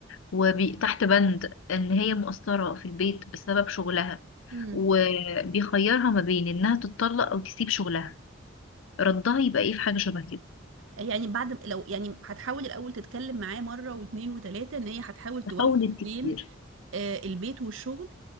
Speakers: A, on the left (about 85°); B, on the right (about 80°).
A: وتحت بند إن هي مقصرة في البيت بسبب شغلها
B: امم
A: وبيخيرها ما بين إنها تتطلق أو تسيب شغلها ردها يبقى إيه في حاجة شبه كده
B: يعني بعد لو يعني هتحاول الاول تتكلم معاه مره واتنين وتلاته ان هي هتحاول توفق
A: تحاول كتير
B: بين آه، البيت والشغل